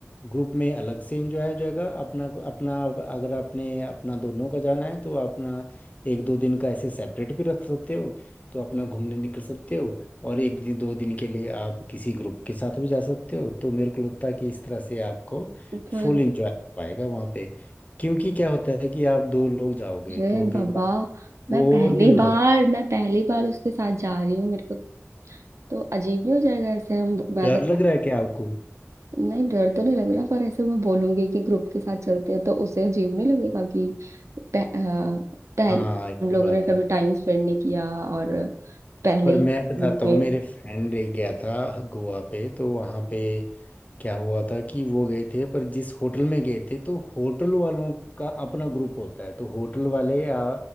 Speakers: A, on the left; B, on the right.
A: ग्रुप में अलग से एंजॉय हो जाएगा अपना अपना अगर आपने अपना दोनों का जाना है तो अपना एक दो दिन का ऐसे सेपरेट भी रख सकते हो तो अपना घूमने निकल सकते हो और एक दिन दो दिन के लिए आप किसी ग्रुप के साथ भी जा सकते हो तो मेरे को लगता है कि इस तरह से आपको
B: पर
A: फुल एंजॉय हो पाएगा वहाँ पे क्योंकि क्या होता है कि आप दो लोग जाओगे
B: अरे
A: तो
B: बाबा
A: कई बार
B: मैं
A: और
B: पहली
A: भी हो
B: बार
A: जाते हैं
B: मैं पहली बार उसके साथ जा रही हूँ मेरे को तो अजीब नहीं हो जाएगा ऐसे हम मैं
A: डर
B: अगर
A: लग रहा है क्या आपको
B: नहीं डर तो नहीं लग रहा पर ऐसे मैं बोलूंगी कि ग्रुप के साथ चलते हैं तो उसे अजीब नहीं लगेगा कि पह, आ, पहले
A: हाँ ये
B: हम लोगों
A: बात
B: ने कभी
A: है
B: टाइम स्पेंड नहीं किया और पहले
A: पर
B: ही
A: मैं बताता
B: फोन पे
A: हूँ मेरे फ्रेंड एक गया था गोवा पे तो वहाँ पे क्या हुआ था कि वो गए थे पर जिस होटल में गए थे तो होटल वालों का अपना ग्रुप होता है तो होटल वाले या